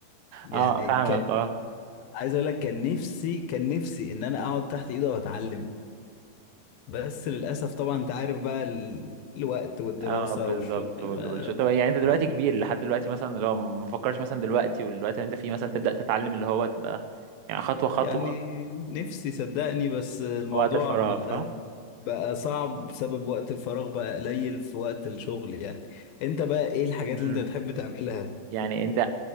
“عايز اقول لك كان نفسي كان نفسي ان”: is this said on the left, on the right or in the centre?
Left